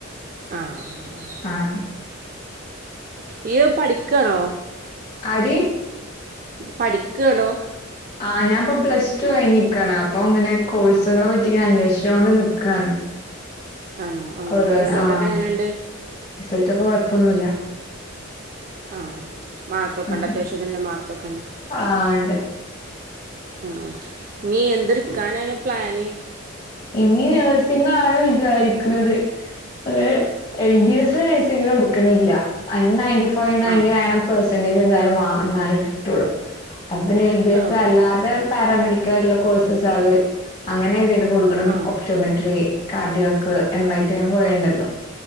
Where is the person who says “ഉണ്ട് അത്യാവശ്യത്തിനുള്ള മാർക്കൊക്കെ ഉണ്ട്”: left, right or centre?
Right